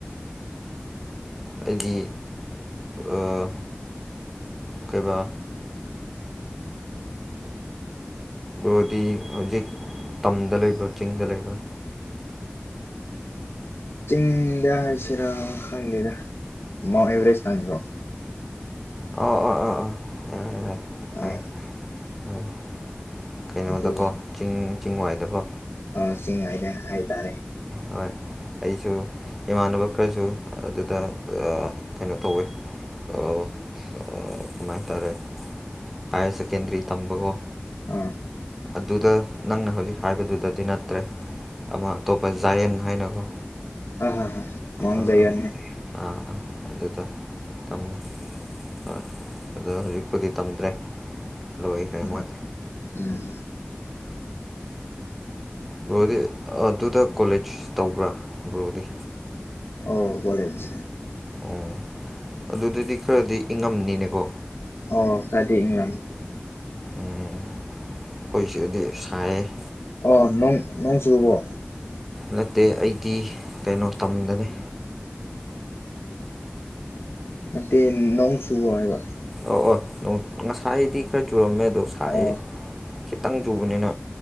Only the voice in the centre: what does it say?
ꯑꯩꯗꯤ ꯑꯥ ꯀꯩꯕꯥ ꯕꯔꫭꯗꯤ ꯍꯧꯖꯤꯛ ꯇꯝꯗ ꯂꯩꯕ꯭ꯔꯥ ꯆꯤꯡꯗ ꯂꯩꯕ꯭ꯔꯥ
ꯑꯣ ꯑ ꯑ ꯑ
ꯌꯥ ꯌꯥꯣꯏ ꯀꯩꯅꯣꯗꯀꯣ
ꯆꯤꯡ ꯆꯤꯡꯋꯥꯏꯗꯀꯣ
ꯍꯣꯏ ꯑꯩꯁꯨ ꯏꯃꯥꯟꯅꯕ ꯈꯔꯁꯨ ꯑꯗꯨꯗ ꯀꯩꯅꯣ ꯇꯧꯋꯤ ꯑꯣ ꯀꯃꯥꯏ ꯍꯥꯏꯇꯔꯦ ꯍꯥꯏꯌꯔ ꯁꯦꯀꯦꯟꯗꯔꯤ ꯊꯝꯕꯀꫭ
ꯑꯗꯨꯗ ꯅꯪꯅ ꯍꯧꯖꯤꯛ ꯍꯥꯏꯕꯗꯨꯗꯗꯤ ꯅꯠꯇ꯭ꯔꯦ ꯑꯃ ꯑꯇꯣꯞꯄ ꯖꯥꯌꯦꯟ ꯍꯥꯏꯅꯀꯣ
ꯑꯥ
ꯑꯥ ꯑꯥ ꯑꯗꯨꯗ ꯇꯝꯃ‌ꯦ ꯍꯣꯏ ꯑꯗꯣ ꯍꯧꯖꯤꯛꯄꯨꯗꯤ ꯇꯝꯗ꯭ꯔꯦ ꯂꯣꯏꯈ꯭ꯔꯦ
ꯃꯣꯏ
ꯕ꯭ꯔꯣꯗꯤ ꯑꯗꯨꯗ ꯀꯣꯂꯦꯖ ꯇꯧꯕ꯭ꯔꯥ ꯕ꯭ꯔꯣꯗꯤ
ꯑꯣ ꯑꯗꯨꯗꯗꯤ ꯈꯔꯗꯤ ꯏꯪꯉꯝꯅꯤꯅꯦꯀꯣ
ꯎꯝ ꯑꯈꯣꯏꯁꯗꯗꯤ ꯁꯥꯏꯌꯦ
ꯅꯠꯇꯦ ꯑꯩꯗꯤ ꯀꯩꯅꯣ ꯇꯝꯗꯅ‌ꯦ
ꯑꯣ ꯑꯣ ꯉꯁꯥꯏꯗꯤ ꯈꯔ ꯆꯨꯔꯝꯃꯦ ꯑꯗꯣ ꯁꯥꯏꯑꯦ
ꯈꯤꯇꯪ ꯆꯨꯕꯅꯤꯅ